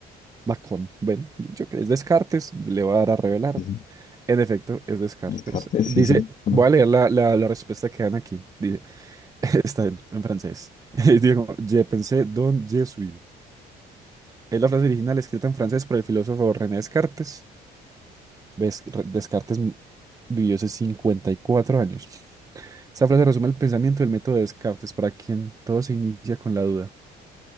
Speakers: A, on the right; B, on the left.
A: Bacon. Bueno, yo creo que es Descartes, le voy a dar a revelar.
B: Sí, sí.
A: En efecto, es Descartes.
B: Descartes,
A: Dice,
B: sí, sí. Bueno,
A: voy a leer la, la la respuesta que dan aquí. Dice. <laughs> Está en, en francés. <laughs> Digo, como, je pensé donc je suis. Es la frase original escrita en francés por el filósofo René Descartes. Ves- Re- Descartes m- vivió hace 54 años. Esta frase resume el pensamiento del método de Descartes, para quien todo se inicia con la duda.